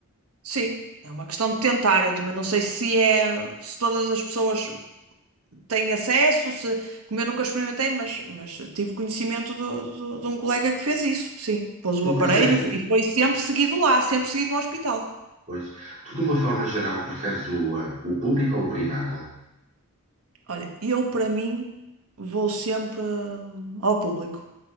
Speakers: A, on the right; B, on the right.
A: Sim, é uma questão de tentar. Eu também não sei se é, se todas as pessoas têm acesso, se, como eu nunca experimentei, mas, mas tive conhecimento do- do- de um colega que fez isso. Sim, pôs
B: Tu
A: o aparelho
B: preferes,
A: e foi sempre seguido lá, sempre seguido no hospital.
B: pois, tu de uma forma geral preferes o, eh, o público ou o privado?
A: Olha, eu para mim vou sempre hum, ao público.